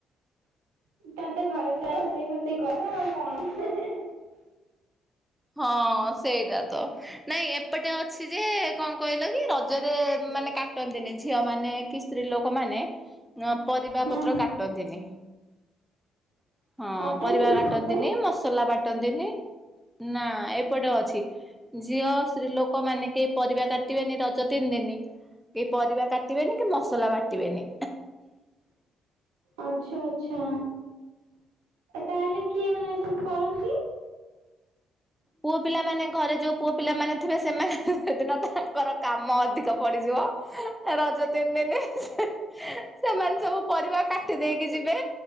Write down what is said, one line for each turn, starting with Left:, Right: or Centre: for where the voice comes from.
Right: ତା ତେ ଘରେ <unintelligible> ରୋଷେଇ ଫୋସେଇ କଲ ଆଉ କଣ।
Centre: ହଁ ସେଇଟା ତ ନାଇଁ ଏପଟେ ଅଛି ଯେ କଣ କହିଲ କି ରଜରେ ମାନେ କାଟନ୍ତିନି ଝିଅ ମାନେ କି ସ୍ତ୍ରୀ ଲୋକ ମାନେ ଅ ପରିବା
Right: ହଁ
Centre: ପତ୍ର କାଟନ୍ତିନି। ହଁ
Right: କାଟନ୍ତିନି
Centre: ପରିବା କାଟନ୍ତିନି
Right: କଣ ପାଇଁ?
Centre: ମସଲା ବାଟନ୍ତିନି ନା ଏପଟେ ଅଛି ଝିଅ ସ୍ତ୍ରୀ ଲୋ ଲୋକମାନେ କେହି ପରିବା କାଟନ୍ତିନି ରଜ ତିନିଦିନି। କେ ପରିବା କାଟିବେନି କି ମସଲା ବାଟିବେନି।
Right: ଆଚ୍ଛା ଆଚ୍ଛା ତାହାଲେ କିଏ ମାନେ ଏସବୁ କରନ୍ତି?
Centre: ପୁଅ ପିଲାମାନେ ଘରେ ଯୋଉ ପୁଅ ପିଲାମାନେ ଥିବେ, ସେମାନେ ସେଦିନ ତା ର କାମ ଅଧିକ ପଡ଼ିଯିବ। ରଜ ତିନିଦିନ ସେମାନେ ସବୁ ପରିବା କାଟି ଦେଇକି ଯିବେ